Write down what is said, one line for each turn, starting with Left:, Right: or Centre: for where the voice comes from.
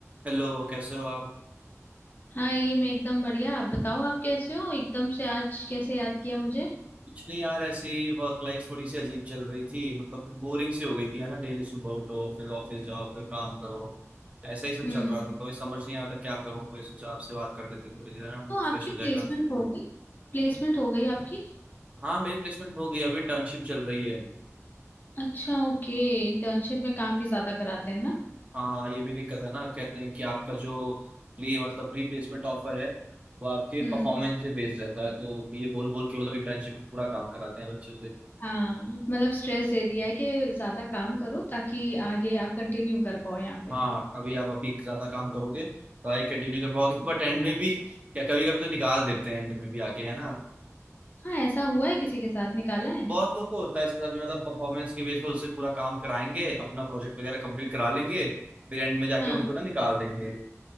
Right: Hello कैसे हो आप
Left: हाँ ये मैं एकदम बढ़िया आप बताओ आप कैसे हो एकदम से आज कैसे याद किया मुझे
Right: कुछ नहीं यार ऐसी वर्क लाइफ थोड़ी सी अजीब चल रही थी मतलब बोरिंग सी हो गई थी है ना डेली सुबह उठो फिर ऑफिस जाओ फिर काम करो ऐसा ही सब
Left: हम्म
Right: चल रहा था तो ये समझ नहीं आता क्या करूँ तो ये सोचा आपसे बात कर लेते हैं, थोड़ी देर में मूड
Left: तो
Right: फ्रेश
Left: आपकी
Right: हो
Left: प्लेसमेंट
Right: जाएगा
Left: हो गई प्लेसमेंट हो गई आपकी
Right: हाँ मेरी प्लेसमेंट हो गई अभी इंटर्नशिप चल रही है
Left: अच्छा ओके इंटर्नशिप में काम भी ज्यादा कराते हैं ना
Right: हाँ ये भी दिक्कत है ना कहते हैं कि आपका जो लिए मतलब प्री प्लेसमेंट ऑफर है वो आपके
Left: हम्म
Right: परफॉर्मेंस पे बेस्ड रहता है तो ये बोल बोल के वो लोग इंटर्नशिप में पूरा काम कराते हैं बच्चों से
Left: हाँ मतलब स्ट्रेस दे दिया है कि ज्यादा काम करो ताकि आगे आप कंटिन्यू कर पाओ यहाँ पे
Right: हाँ अभी आप अभी ज्यादा काम करोगे तो आई कंटिन्यू कर पाओगे बट एंड में भी क्या कभी कभी तो निकाल देते हैं एंड में भी आके है ना
Left: हाँ ऐसा हुआ है किसी के साथ निकाला है
Right: बहुत लोग को होता है ऐसा कि मतलब परफॉर्मेंस के बेस पर उससे पूरा काम कराएंगे अपना प्रोजेक्ट वगैरह कंप्लीट करा लेंगे फिर एंड में जाके
Left: हाँ
Right: उनको ना निकाल देंगे